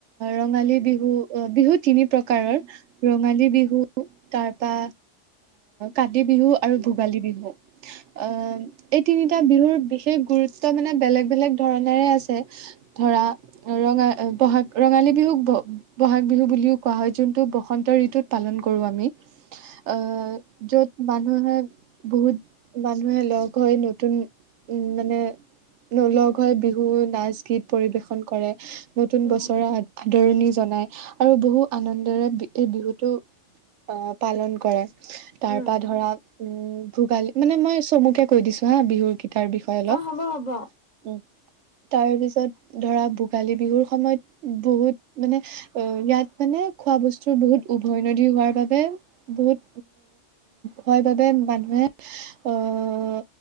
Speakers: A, on the right; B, on the left.
A: ৰঙালী বিহু অ বিহু তিনি প্ৰকাৰৰ ৰঙালী বিহু তাৰপা কাতিবিহু আৰু ভোগালী বিহু অ এই তিনিটা বিহুৰ বিশেষ গুৰুত্ব মানে বেলেগ বেলেগ ধৰনেৰে আছে ধৰা ৰঙা বহাগ ৰঙালী বিহুক ব বহাগ বিহু বুলিও কোৱা হয় যোনটো বসন্ত ঋতুত পালন কৰোঁ আমি
B: উ
A: অ যত মানুহে বহুত মানুহে লগ হৈ নতুন উম মানে ন লগ হৈ বিহু নাচ গীত পৰিবেশন কৰে নতুন
B: উম
A: বছৰ কৰা হয় আদৰণি জনাই আৰু বহু আনন্দৰে এই বিহুটো অ পালন কৰে তাৰ
B: উম
A: পৰা ধৰা উম ভোগালী মানে মই চমুকে কৈ দিছো হা বিহুৰ কি তাৰ বিষয়ে অলপ
B: অ হ'ব হ'ব
A: উম তাৰ পিছত ধৰা ভোগালী বিহুৰ সময়ত বহুত মানে অ ইয়াত মানে খোৱা বস্তুৰ বহুত উভৈনদী হোৱাৰ বাবে বহুত হয় বাবে মানুহে আহ